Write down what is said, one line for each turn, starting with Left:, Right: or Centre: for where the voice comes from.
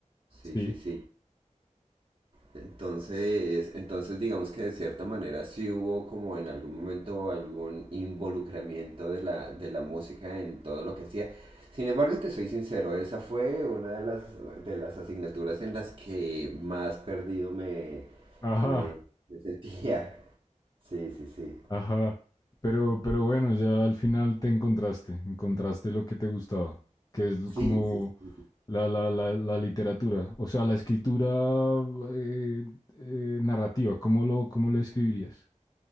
Right: Sí,
Left: sí.
Right: sí, sí. Entonces, entonces digamos que de cierta manera sí hubo como en algún momento algún involucramiento de la, de la música en todo lo que hacía. Sin embargo, te soy sincero, esa fue una de las, de las asignaturas en las que más perdido me,
Left: Ajá.
Right: me, me <laughs> sentía. Sí, sí, sí.
Left: Ajá. Pero, pero bueno, ya al final te encontraste, encontraste lo que te gustaba, que es como
Right: Sí, sí, sí.
Left: la, la, la, la literatura, o sea, la escritura eh, eh, narrativa, ¿cómo lo, cómo lo escribirías?